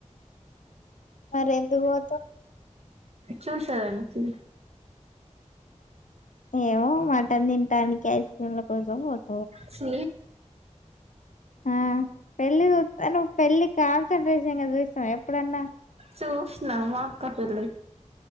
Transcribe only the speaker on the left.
మరి ఎందుకు పోతావు
ఏమో మటన్ తింటానికి ఐస్ క్రీమ్ల కోసం వొత్
ఆ పెళ్ళి చూత్తాను పెళ్ళి కాన్సన్ట్రేషన్ గా చూసినవా ఎప్పుడన్నా